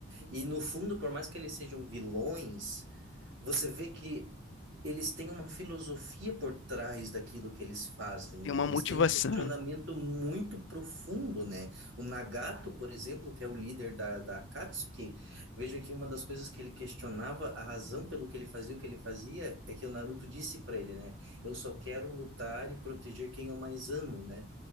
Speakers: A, on the right; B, on the left.
A: E no fundo, por mais que eles sejam vilões, você vê que eles têm uma filosofia por trás daquilo que eles fazem,
B: tem
A: né?
B: uma
A: Eles
B: motivação.
A: têm um questionamento muito profundo, né? O Nagato, por exemplo, que é o líder da, da Akatsuki, veja que uma das coisas que ele questionava, a razão pelo que ele fazia o que ele fazia, é que o Naruto disse para ele, né? Eu só quero lutar e proteger quem eu mais amo, né?